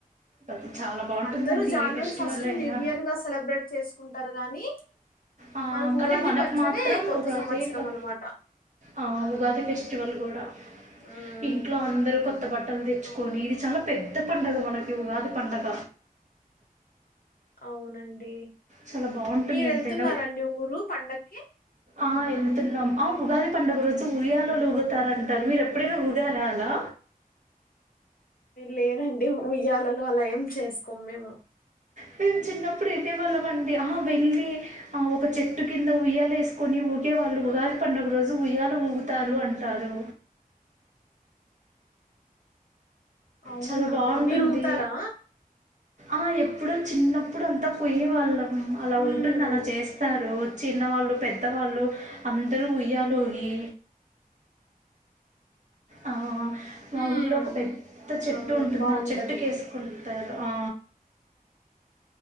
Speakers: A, on the right; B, on the left.
A: అది చాలా బాగుంటుందండి
B: అందరు జానవరి
A: ఏ ఫెస్టివల్
B: ఫస్ట్
A: అయినా
B: న్యూ ఇయర్ గా సెలబ్రేట్ చేసుకుంటారు గాని
A: ఆ,
B: మనకు
A: కానీ
B: ఉగాది
A: మనకు
B: పచ్చడే
A: మాత్రం
B: కొత్త
A: ఉగాది
B: సంవత్సరం
A: ప-
B: అనమాట
A: ఆ ఉగాది ఫెస్టివల్ గుడా
B: మ్మ్
A: ఇంట్లో అందరు కొత్త బట్టలు తెచ్చుకొని
B: అవును
A: ఇది చాలా పెద్ త పండగ మానకి ఉగాది పండగ
B: అవునండి
A: చాలా బాగుంటుంది
B: మీరు
A: ఎంతైనా
B: వెళ్తున్నారా అండి ఊరు పండగ్
A: ఆ వెళ్తున్నాం ఆ ఉగాది పండగ రోజు ఊయలుగుతారంటారు మీరు ఎప్పుడైనా ఊగారా అలా
B: లేదండి ఉయ్యాలలు అలా ఏం చేసుకోము మేము
A: మేము చిన్నప్పుడు ఎల్లెవాళ్ళం అండి హ వెళ్ళి ఆ ఒక చెట్టు కింద ఉయ్యాల వేసుకొని ఉ ఊగే వాళ్ళు ఉగాది పండుగ రోజు ఉయ్యాల ఊగుతారు అంటారు
B: అవునా
A: చాలా బాగుంటుంది
B: మీరు ఊగుతారా
A: ఆ ఎప్ ప్పుడు చిన్నప్పుడు అంతా పొయ్యే వాళ్ళం అలా
B: మ్మ్
A: ఉంటుంది అలా చేస్తారు చిన్నవాళ్ళు పెద్దవాళ్ళు అందరు ఉయ్యాలుగీ ఆ మా
B: మ్మ్
A: ఊరిలో ఒక పెద్ద చెట్టు
B: అవును
A: ఉంటుంది
B: బాగుంటది
A: ఆ చెట్టుకేస్కొని టారు ఆ